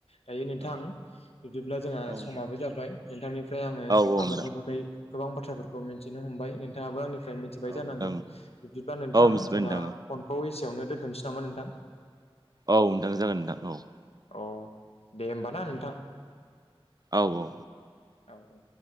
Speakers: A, on the left; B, on the right.
A: दायो नोंथां
B: औ
A: बिदिब्ला जोंहा
B: औ नोंथां
A: समाबो जाबाय नोंथांनिफ्राय आङो
B: औ नोथां
A: आबादनि बागै गोबां बाथ्राफोरखौ मिन्थिनो हमबा नोंथांङाबो आंनिफ्राय मिथिबाय
B: औ
A: जानांगौ
B: नोंथां
A: बिदिब्ला नोंथां
B: औ मिथिबाय
A: जोंहा
B: नोंथां
A: फनखौ बेयावनो दोनथ'नोसै नामा नोंथां?
B: औ नोंथां जागोन नोंथां औ
A: अ दे होमबा ना नोंथां
B: औ औ
A: औ औ